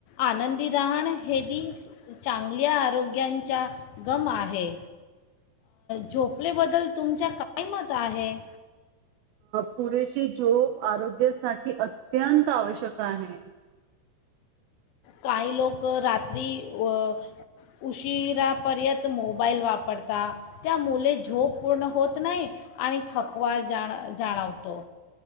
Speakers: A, on the left (about 75°); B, on the right (about 85°).
A: आनंदी राहण हे ती चांगल्या आरोग्यांचा गम आहे. झोपलेबद्दल तुमच्या काय मत आहे?
B: पुरेशी झोप आरोग्यासाठी अत्यंत आवश्यक आहे.
A: काही लोकं रात्री व उशिरापर्यंत मोबाईल वापरता, त्यामुले झोप पूर्ण होत नाही आणि थकवा जाण जाणवतो.